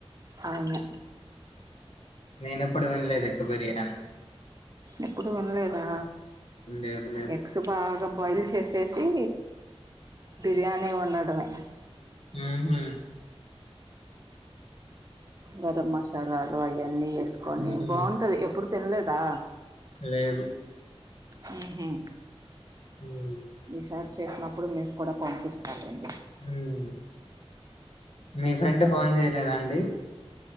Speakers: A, on the right (about 35°); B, on the left (about 80°).
A: అవును
B: నేన ఎప్పుడు వినలేదు ఎగ్ బిర్యానీ
A: ఎప్పుడు వినలేదా
B: లేదు లేదు
A: ఎగ్స్ బాగా బాయిల్ చేసేసి బిర్యానీ వండడమే
B: హ్మ్ హు
A: గరమసాలాలు అవన్నీ వేసుకొని
B: ఉహు
A: బాగుంటది ఎప్పుడు తినలేదా
B: లేదు
A: హ్మ్ హు
B: ఉమ్
A: ఈసారి చేసినప్పుడు మీకు కూడా పంపిస్తాలెండి
B: ఉమ్ మీ ఫ్రెండ్ ఫోన్ చేయలేదాండి